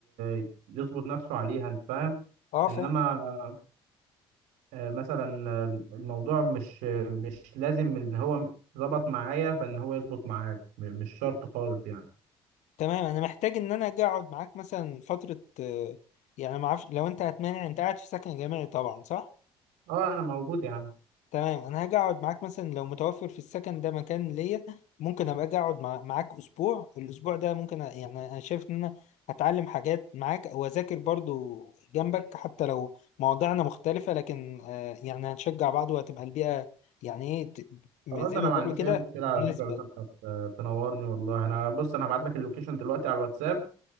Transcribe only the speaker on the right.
ي- يظبط نفسه عليها انت فاهم
انما
آه، مثلا آه، الموضوع مش مش لازم ان هو ظبط معايا فان هو يظبط معاك م- مش شرط خالص يعني
اه انا موجود يا عم
خلاص
انا
ما عنديش
اي مشكله
على فكره بس انت هت- تنورني والله انا بص انا هبعت لك اللوكيشن دلوقتي على الواتساب